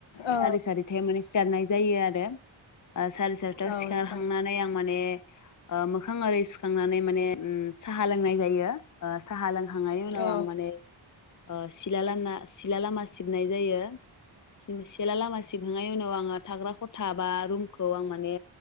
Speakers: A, on the left; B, on the left.
A: औ
B: सारि सारि <unintelligible> जायो आरो। सारि सारितायाव
A: औ
B: सिखारखांनानै
A: नोंथां
B: आं माने ओ मो खां आरि सुखांनानै माने उम साहा लोंनाय जायो। ओ साहा लोंखांनायनि उनाव
A: औ
B: आं माने ओ सिला लामना सिला लामा सिबनाय जायो सि-सेला लामा सिबहांनायनि उनाव आङो थाग्रा खथा बा रुम खौ आं माने